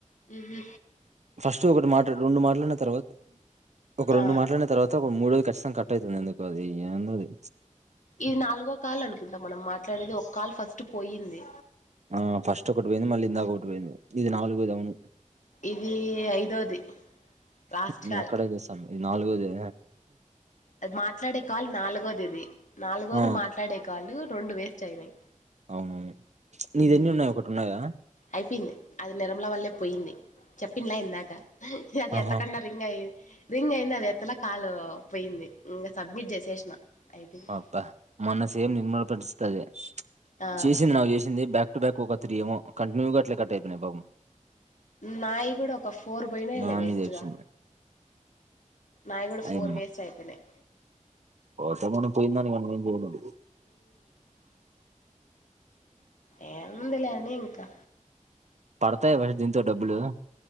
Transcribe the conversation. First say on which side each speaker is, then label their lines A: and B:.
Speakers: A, on the left; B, on the right.
A: ఉహూ
B: ఫస్ట్ ఒకటి మాట రెండు మాట్లన్న తర్వాత ఒక రెండు
A: ఆ
B: మాట్లాడిన తర్వాత ఒక మూడోది ఖచ్చితంగ కట్ అయితుంది ఎందుకో అది ఏందో అది
A: ఇది నాలుగో కాల్ అనుకుంటా మనం మాట్లాడేది ఒక కాల్ ఫస్ట్ పోయ్యింది.
B: ఆ ఫస్ట్ ఒకటి పోయింది మళ్ళీ ఇందాక ఒకటి పోయింది ఇది నాలుగోది అవును
A: ఇది ఐదోది లాస్ట్
B: మేము
A: కాల్
B: అక్కడే చేస్తానము ఇది నాలుగోదే
A: అది మాట్లాడే కాల్ నాలుగోది నాలుగోది
B: ఆ
A: మాట్లాడే కాల్ లు రెండు వేస్ట్ అయినాయి
B: అవునవును నీది
A: ఉమ్
B: ఎన్ని ఉన్నాయి ఒకటి ఉన్నాయా
A: అయిపోయింది అది నిర్మల వల్లే పోయింది చెప్పిండిలే ఇందాక అది
B: ఆహా
A: ఎత్తకుండా రింగ్ అయి రింగ్ అయింది అది ఎత్తలే కాల్ పోయింది ఇంకా సబ్మిట్ చేసేసిన అయిపోయింది
B: అబ్బా మొన్న సేమ్ నిర్మల పరిస్థితి అదే
A: ఆ
B: చేసింది నాకు చేసింది బ్యాక్ టు బ్యాక్ ఒక త్రి ఏమో కంటిన్యూగా అట్లే కట్ అయిపోయినాయి పాపం
A: నాయి కూడా ఒక ఫోర్ పోయినయిలే
B: నా
A: వేస్ట్
B: మీద ఏడ్చింది
A: గా నాయి కూడా
B: అయి
A: ఫోర్ వేస్ట్ అయిపోయినాయి
B: ఆస్తమానం పోయిందానికి మనం ఏం చేయలేంలే
A: ఏముంది లేని ఇంకా
B: పడతాయా మరి దీంతో డబ్బులు